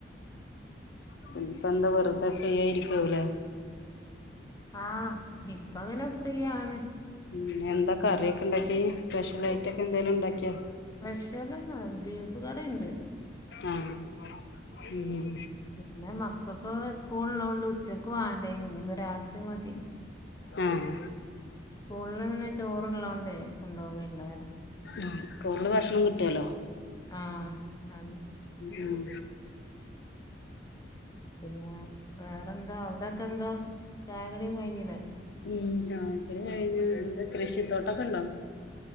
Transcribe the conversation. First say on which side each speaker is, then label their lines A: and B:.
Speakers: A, on the left; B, on the left.
A: ഉം ഇപ്പ എന്താ വെറുതെ ഫ്രീ ആയിരിക്കാവുലേ
B: ആഹ് ഇപ്പ ഇങ്ങനെ ഫ്രീയാണ്
A: ഉം എന്താ കറിയൊക്കെ ഉണ്ടാക്കി സ്പെഷ്യൽ ഐറ്റക്കെ എന്തെലും ഉണ്ടാക്കിയോ
B: പക്ഷേല് ബീഫ് കറിണ്ട്
A: ആഹ് ഉം
B: പിന്നെ മക്കക്ക് സ്കൂൾ ഉള്ളോണ്ട് ഉച്ചക്ക് ക് വേണ്ടേനി നി ഇപ്പൊ രാത്രി മതി
A: ആഹ്
B: സ്കൂള്ല് പിന്നെ ചോറ്ള്ളോണ്ട് കൊണ്ടോവെല്ലാരും
A: ആ സ്കൂളില് ഭക്ഷണം കിട്ടുല്ലോ
B: ആഹ് ആ
A: ഉം
B: പിന്നെ വേറെന്താ അവിടെക്കെ എന്താ ചായകടിയും കഴിഞ്ഞില്ലേ
A: ഉം ചായക്കുടി കഴിഞ്ഞ് എന്താ കൃഷിത്തോട്ടൊക്കെ ണ്ടോ